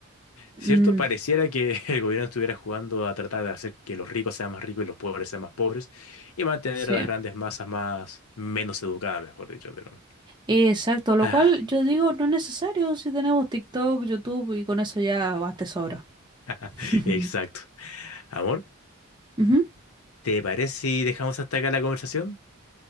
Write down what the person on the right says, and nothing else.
Mm,
sí,
exacto, lo
cual yo digo no es necesario si tenemos TikTok, YouTube y con eso ya basta y sobra.
<laughs>
Ujú.